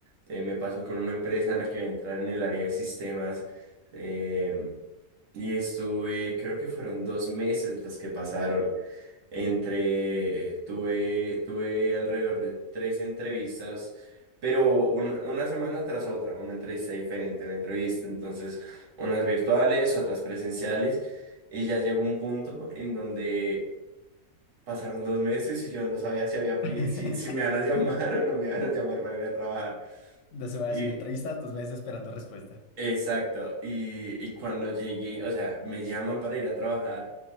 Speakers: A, on the right; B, on the left.
A: Eh, me pasó con una empresa en la que voy a entrar en el área de sistemas. eh, Y estuve, creo que fueron dos meses los que pasaron. Entre, tuve, tuve alrededor de tres entrevistas, pero una, una semana tras otra, una entrevista diferente, una entrevista. Entonces, unas virtuales, otras presenciales. Y ya llegó un punto en donde pasaron dos meses y yo no sabía si había, apli-
B: <laughs>
A: si, si me van a llamar <laughs> o no me van a llamar para ir a trabajar.
B: Dos semanas
A: Y,
B: haciendo entrevistas, dos meses esperando respuesta.
A: exacto. Y, y cuando llegué, o sea, me llaman para ir a trabajar.